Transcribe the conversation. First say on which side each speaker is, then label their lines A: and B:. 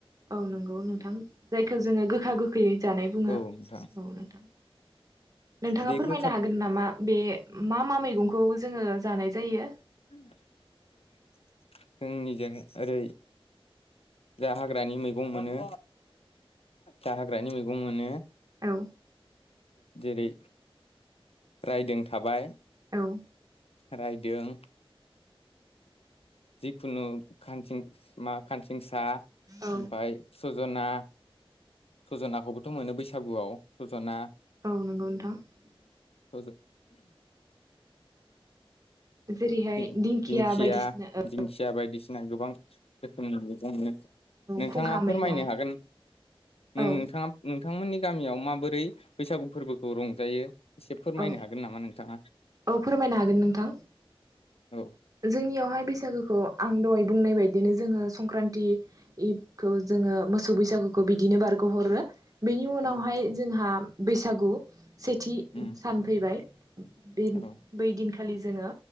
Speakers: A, on the right; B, on the left.
A: औ नंगौ नोंथां जायखौ जोङो गोखा गोखै जानाय बुङो
B: औ नोंथां
A: औ नोंथां नोंथाङा
B: बे
A: फोरमायनो
B: गोखा
A: हागोन नामा बे मा मा मैगंखौ जोङो जानाय जायो?
B: <unintelligible> जोंनिजों ओरै दा हाग्रानि मैगं मोनो दा हाग्रानि मैगं मोनो
A: औ
B: जेरै रायदों थाबाय
A: औ।
B: राइदों। जिखुनु खानसिं- मा खानसिंसा
A: औ
B: ओमफ्राय सजना सजनाखौबोथ मोनो बैसागुआव सजना
A: औ नंगौ नोंथां ।
B: औ ज
A: जेरैहाय
B: दिंखिया
A: बायदिसिना औ
B: दिंखिया बायदिसिना गोबां रोखोमनि मैगं मोनो। नोंथाङा
A: खुंखा
B: फोरमायनो
A: मैगं
B: हागोन नोंथाङा
A: औ
B: नोंथांमोननि गामियाव माबोरै बैसागु फोरबोखौ रंजायो एसे फोरमायनो
A: औ
B: हागोन नामा नोंथाङा
A: औ फोरमायनो हागोन नोंथां
B: औ
A: । जोंनियावहाय बैसागोखौ आं दहाय बुंनाय बायदि बिदिनो जोङो संक्रान्तिखौ जोङो मोसौ बैसागुखौ बिदिनो बारगहरो बेनि उनावहाय
B: औ
A: जोंहा बैसागु सेथि
B: उम
A: सान फैबाय। बे
B: औ
A: बैदिन खालि जोङो